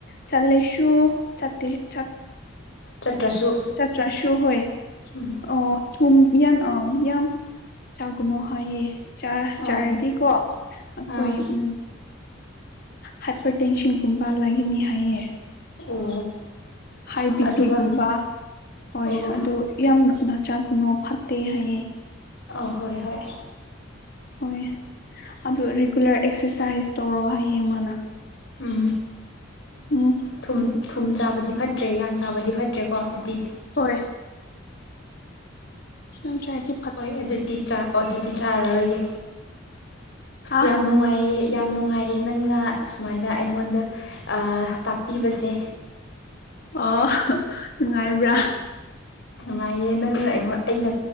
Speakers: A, on the left; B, on the left.
A: ꯆꯠꯂꯦꯁꯨ ꯆꯠꯇꯦ ꯆꯠ
B: ꯆꯠꯇ꯭ꯔꯁꯨ
A: ꯆꯥꯇ꯭ꯔꯥꯁꯨ ꯍꯣꯏ
B: ꯎꯝ
A: ꯑꫭ ꯊꯨꯝꯕꯤꯑꯟ ꯑꯄꯌꯥꯝ ꯆꯥꯒꯨꯅꯨ ꯍꯥꯏꯌꯦ ꯆꯥꯔ
B: ꯑꯥ
A: ꯆꯥꯔꯗꯤꯀꯣ ꯑꯩꯈꯣꯏ
B: ꯑꯥ
A: ꯎꯝ ꯍꯥꯏꯄꯔ ꯇꯦꯟꯁꯟꯒꯨꯝꯕ ꯔꯩꯒꯅꯤ ꯍꯥꯏꯌꯦ
B: ꯑꯣ
A: ꯍꯥꯏ ꯕꯤ
B: ꯑꯗꯨꯒ
A: ꯄꯤꯒꯨꯝꯕ ꯍꯣꯏ
B: ꯑꯣ
A: ꯑꯗꯨ ꯌꯥꯝꯅ ꯅ ꯆꯥꯛꯀꯨꯅꯣ ꯐꯠꯇꯦ ꯍꯥꯏꯌꯦ
B: ꯑꯧ ꯍꯣꯏ ꯍꯣꯏ
A: ꯍꯣꯏ ꯑꯗꯨ ꯔꯤꯒꯨꯂꯔ ꯑꯦꯛꯁꯔꯁꯥꯏꯁ ꯇꯧꯔꯣ ꯍꯥꯏꯌꯦ ꯃꯥꯅ
B: ꯎꯝ
A: ꯎꯝ
B: ꯊꯨꯝ ꯊꯨꯝ ꯆꯥꯕꯗꯤ ꯐꯠꯇ꯭ꯔꯦ ꯌꯥꯝ ꯆꯥꯕꯗꯤ ꯐꯠꯇ꯭ꯔꯦꯀꯣ ꯑꯗꯨꯗꯤ
A: ꯍꯣꯏ ꯌꯥꯝ ꯆꯥꯔꯗꯤ
B: ꯍꯣꯏ ꯑꯗꯨꯗꯤ ꯑꯗꯨꯗꯤ ꯆꯥꯔꯔꯣꯏꯒꯦ
A: ꯍꯥ
B: ꯌꯥꯝ ꯅꯨꯡꯉꯥꯏꯌꯦ ꯌꯥꯝ ꯅꯨꯡꯉꯥꯏꯌꯦ ꯅꯪꯅ ꯁꯨꯃꯥꯏꯅ ꯑꯩꯉꯣꯟꯗ ꯑꯥ ꯇꯥꯛꯄꯤꯕꯁꯦ
A: ꯑꯣ ꯅꯨꯡꯉꯥꯏꯕ꯭ꯔꯥ
B: ꯅꯨꯡꯉꯥꯏꯌꯦ ꯅꯪꯅ ꯑꯩ ꯑꯩꯅ